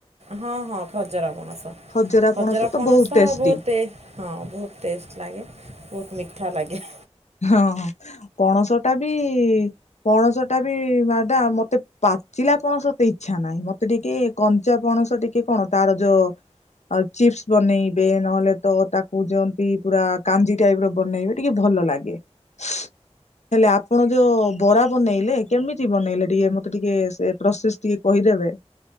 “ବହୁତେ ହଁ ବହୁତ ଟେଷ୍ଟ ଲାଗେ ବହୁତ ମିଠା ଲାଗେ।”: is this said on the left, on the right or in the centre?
Right